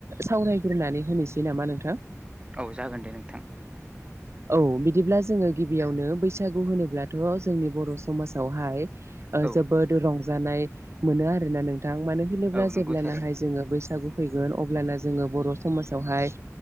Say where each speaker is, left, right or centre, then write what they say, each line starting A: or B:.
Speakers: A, on the right (about 55°); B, on the right (about 20°).
A: सावरायग्रोनानै होनोसै नामा नोंथां
B: औ जागोन दे नोंथां
A: औ बिदिब्ला जोङो गिबियावनो बैसागु होनोब्लाथ' र' जोंनि बर' समाजावहाय ओ
B: औ
A: जोबोद रंजानाय मोनो आरोना नों दां मानो होनोब्ला
B: औ नंगौ
A: जेब्लानाहाय
B: थारैनो
A: जोङो बैसागु फैगोन अब्लाना जोङो बर' समाजावहाय